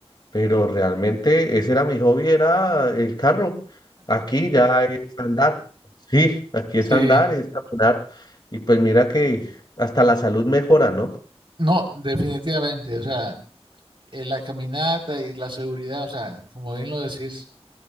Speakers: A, on the left; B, on the right.
A: pero realmente ese era mi hobby, era el carro. Aquí ya es andar. Sí, aquí
B: Sí,
A: es andar, es caminar. Y pues mira que hasta la salud mejora, ¿no?
B: no, definitivamente, o sea, eh, la caminata y la seguridad, o sea, como bien lo decís,